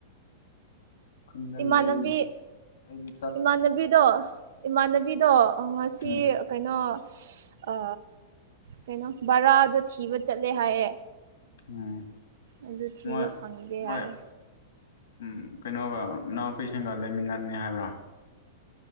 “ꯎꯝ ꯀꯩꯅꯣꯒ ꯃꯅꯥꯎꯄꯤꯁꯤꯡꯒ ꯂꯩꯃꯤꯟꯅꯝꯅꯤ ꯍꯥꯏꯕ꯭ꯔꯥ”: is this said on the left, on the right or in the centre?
Left